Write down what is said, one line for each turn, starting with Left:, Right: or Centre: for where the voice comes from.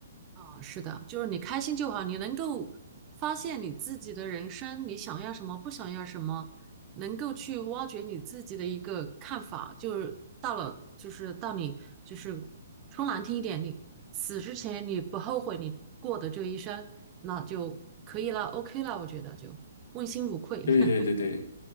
Right: 啊，是的，就是你开心就好，你能够发现你自己的人生，你想要什么，不想要什么，能够去挖掘你自己的一个看法，就是到了，就是到你，就是说难听一点，你死之前你不后悔你过的这一生，那就可以了，OK 了，我觉得就问心无愧。
Left: 对对对对，
Right: <laughs>